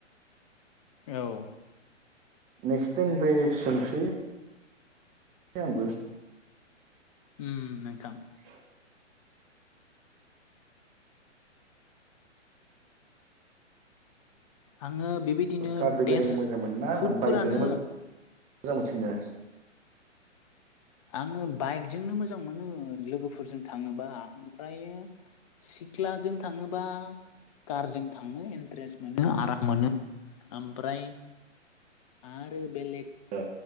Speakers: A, on the left; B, on the right.
A: औ।
B: नेक्सताइम रसे <unintelligible> <unintelligible>
A: <unintelligible> नोंथां।
B: <inaudible>
A: आङो बेबायदिनो
B: कारजों
A: टेस्ट
B: बेरायनो मोजां मोन ना?
A: फुडफोरानो
B: ना बाइकजोंनो मोजां मोनसिैनो?
A: आंङो बाइकजोंनो मोजां मोनो लोगोफोरजों थांङोबा। ओमफ्रायो सिख्लाजों थांङोबा कारजों थांनो इनट्रेस्ट मोनो आराम मोनो। ओमफ्राय आरो बेलेग
B: ओ